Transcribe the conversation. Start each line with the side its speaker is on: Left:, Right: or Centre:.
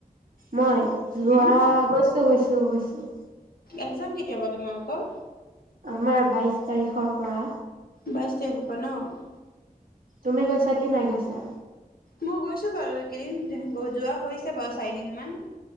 Right: মই, যোৱা
Left: উম
Right: গৈছো গৈছো গৈছো।
Left: একজাম কেতিয়াবা তোমালোকৰ?
Right: আমাৰ বাইশ তাৰিখৰ পৰা
Left: বাইছ তাৰিখৰ পৰা ন।
Right: তুমি গৈছা কি নাই গৈছা?
Left: মই গৈছো বাৰু একেইদিন, যোৱা হৈ বাৰু চাৰিদিন মান,